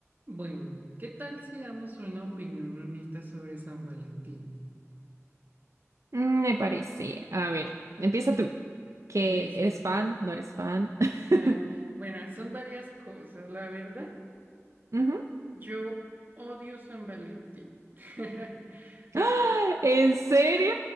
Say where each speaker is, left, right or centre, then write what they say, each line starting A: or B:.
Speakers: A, on the right; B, on the right.
A: Bueno, ¿qué tal si damos una opinión honesta sobre San Valentín?
B: Mm, Me parece. A ver, empieza tú. ¿Que
A: Listo.
B: eres fan? ¿No eres fan?
A: <laughs>
B: <laughs>
A: Bueno, son varias cosas, la verdad.
B: Ujú.
A: Yo odio San Valentín. <laughs> O sea,
B: ¡Ah! ¿En serio?